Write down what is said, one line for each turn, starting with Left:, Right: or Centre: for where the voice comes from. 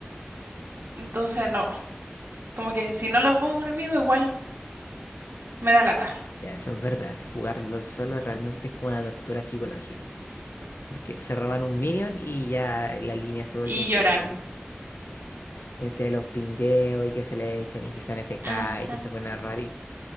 Right: Entonces no, como que si no lo juego con amigos igual me da lata
Left: Ya, eso es verdad. jugarlo solo realmente es como una tortura psicológica. Porque se roban un minion y ya la línea se vuelve
Right: y
Left: injugable.
Right: lloran.
Left: En serio, los pingueos y que se le echan y que sean FK
Right: Ujú.
Left: y que se ponen a robar y